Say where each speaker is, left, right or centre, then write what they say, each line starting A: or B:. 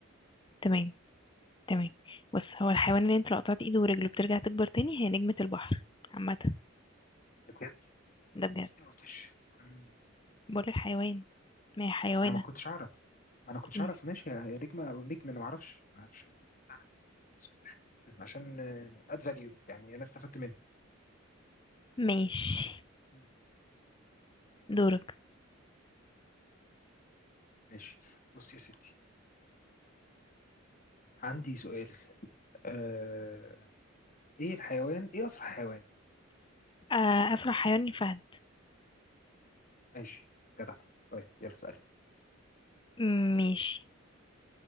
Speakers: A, on the left; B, on the left.
A: تمام تمام بص هو الحيوان اللي انت لو قطعت ايده ورجله بترجع تكبر تاني هي نجمة البحر عامة
B: ده بجد
A: ده بجد
B: بس ليه ما قلتش مم.
A: بقول الحيوان ما هي حيوانة
B: انا ما كنتش اعرف ما انا كنتش
A: مم.
B: اعرف ماشي يا يا نجمه او نجم انا ما اعرفش ما اعرفش الموضوع ده عليا جداً. سؤال حلو جداً عشان اد فاليو يعني انا استفدت منه
A: ماشي
B: مم.
A: دورك
B: ماشي بص يا ستي عندي سؤال آه... ايه الحيوان ايه اسرع حيوان
A: آه، أسرع حيوان الفهد
B: ماشي جدع طيب يلا اسال
A: مم، ماشي